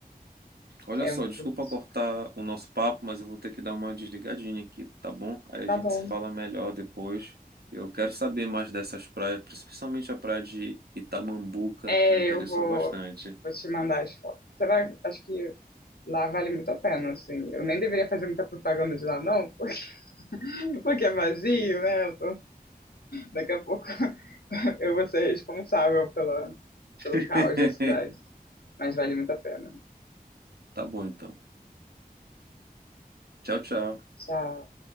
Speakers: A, on the right; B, on the left.
A: Olha
B: É
A: só,
B: um pouco
A: desculpa
B: isso.
A: cortar o nosso papo, mas eu vou ter que dar uma desligadinha aqui, tá bom? Aí
B: Tá
A: a gente
B: bom.
A: se fala melhor depois. Eu quero saber mais dessas praias, principalmente a praia de Itamambuca,
B: É,
A: me interessou
B: eu vou,
A: bastante.
B: vou te mandar as fotos. Você vai, acho que lá vale muito a pena, assim. Eu nem deveria fazer muita propaganda de lá, não, porque, <laughs> porque é vazio, né? Daqui a pouco <laughs> eu vou ser responsável pela,
A: <laughs>
B: pelo caos da cidade. Mas vale muito a pena.
A: Tá bom, então. Tchau, tchau.
B: Tchau.